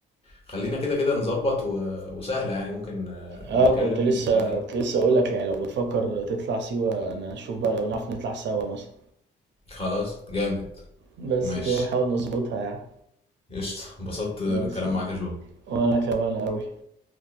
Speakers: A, on the left; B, on the right.
A: خلينا كده كده نظبط و... وسهله يعني ممكن آه،
B: اه
A: نتكلم
B: كنت لسه
A: ونطلع فيه
B: كنت لسه اقول لك يعني لو بتفكر تطلع سيوة انا اشوف بقى لو نعرف نطلع سوا مثلا
A: خلاص جامد
B: بس
A: ماشي
B: كده نحاول نظبطها يعني
A: قشطة انبسطت بالكلام
B: بس
A: معاك يا جو
B: وانا كمان قوي